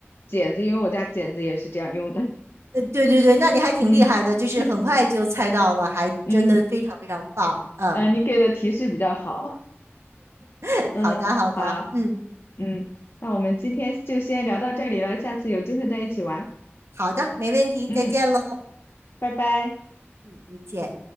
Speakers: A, on the left; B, on the right.
A: 剪子，因为我家剪子也是这样用的。<laughs>
B: 呃，对对对，那你还挺厉害的，
A: 嗯
B: 就是很快就猜到了，还真的非常非常棒。
A: 嗯
B: 嗯，
A: 呃，你给的提示比较好。
B: <laughs>
A: 嗯，
B: 好的好的，
A: 好，
B: 嗯，
A: 嗯，那我们今天就先聊到这里了，下次有机会再一起玩。
B: 好的，没问题，
A: 嗯，
B: 再见喽，
A: 拜拜。
B: 再见。